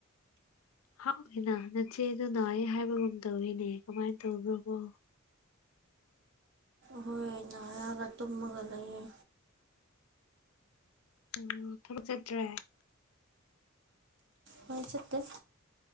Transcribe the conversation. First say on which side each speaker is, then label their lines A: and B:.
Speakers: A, on the left; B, on the right.
A: ꯍꯥꯎꯏꯅ ꯅꯆꯦꯗꯅꯑ ꯍꯥꯏꯕꯒꯨꯝ ꯇꯧꯋꯤꯅꯦ ꯀꯃꯥꯏꯅ ꯇꯧꯕ꯭ꯔꯣꯕꯣ
B: ꯍꯣꯏꯟꯅꯔꯒ ꯇꯨꯝꯃꯒ ꯂꯩꯌꯦ
A: ꯎ ꯊꯕꯛ ꯆꯠꯇ꯭ꯔꯦ
B: ꯍꯣꯏ ꯆꯠꯇꯦ